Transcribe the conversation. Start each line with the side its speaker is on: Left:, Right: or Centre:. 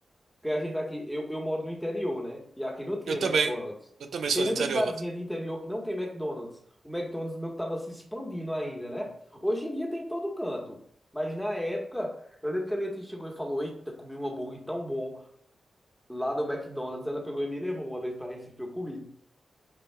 Centre: Porque a gente aqui, eu, eu moro no interior, né? E aqui não tinha
Right: Eu também.
Centre: McDonald's.
Right: Eu também sou
Centre: Tem muita
Right: do interior,
Centre: cidadezinha
Right: Matheus.
Centre: de interior que não tem McDonald's. O McDonald's meu que tava se expandindo ainda, né? Hoje em dia tem em todo canto. Mas na época, eu lembro que a minha tia chegou e falou: Eita, comi um hambúrguer tão bom lá do McDonald's. Ela pegou e me levou uma vez pra Recife, eu comi.